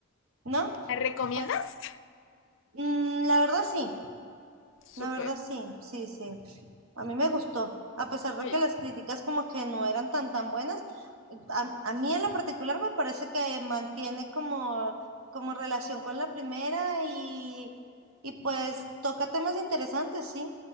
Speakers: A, on the right (about 80°); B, on the left (about 60°).
A: ¿no?
B: ¿Me recomiendas?
A: Pues, mm, la verdad sí,
B: Súper.
A: la verdad sí, sí, sí, a mí me gustó, a pesar de
B: Oye,
A: que las críticas como que no eran tan tan buenas, a, a mí en lo particular me parece que mantiene como, como relación con la primera y, y pues toca temas interesantes, sí,